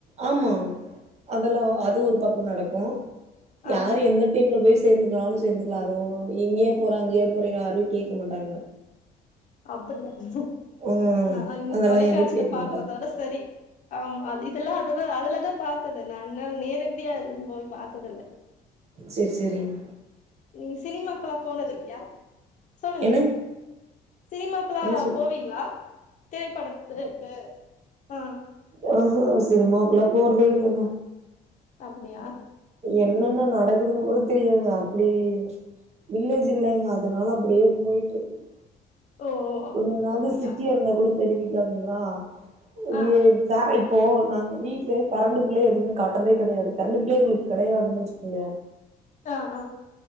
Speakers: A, on the right (about 40°); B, on the left (about 45°).
A: ஆமா அதெல்லா அது ஒரு பக்கோ நடக்கு க்கும்
B: ஆ
A: யாரு எந்த டீம்ல போய் சே சேர்ந்துக்கலானு சேர்ந்துக்கலா அதுவு எங்கேயே போறாங்க எங்கேயே போறீங்கனு யாரும் கேக்க மாட்டாங்க
B: அப்டியா ம்
A: ம்
B: நா இந்த
A: அதெல்லா
B: தொலைக்காட்சியில
A: எதுவு கேக்க
B: பாக்குறதோட
A: மாட்டாங்க
B: செரி ஆமா அது இதெல்லா அதுதா அதுலதா பாத்தது நானு நேரடியா போய் பாத்ததுல்ல
A: செரி செரிங்
B: நீங்க சினிமாக்கலா போனது இல்லயா சொல்லுங்க
A: என்ன
B: சினிமாக்கலா
A: என்ன சொல்
B: போவீங்களா திரைப்படத்து இருக்கு ஆ
A: ஆ ஹ சினிமாவுக்குல்லா போறதே இல்லங்க
B: அப்டியா
A: என்னன்ன ந நடக்குதுன்னு கூட தெரியலங்க அப்டி வில்லேஜ் இல்லைங்க அதனால அப்படியே போயிட்டு இருக்குது
B: ஓ
A: கொஞ்ச நாள்ல
B: அப்படியா
A: சிட்டி இருந்த கூட தெரிவிக் தெரியாதுங்களா வி
B: ஆ
A: ஐப் சாயிப் இப்போ நாங்க வீட்லயே கரண்டு பில்லே எதுவுமே கட்றதே கெடையாது கரண்டு பில்லேயே எங்களுக்கு கெடையாதுன்னு வச்சுக்கங்ளே
B: <unintelligible> ஆ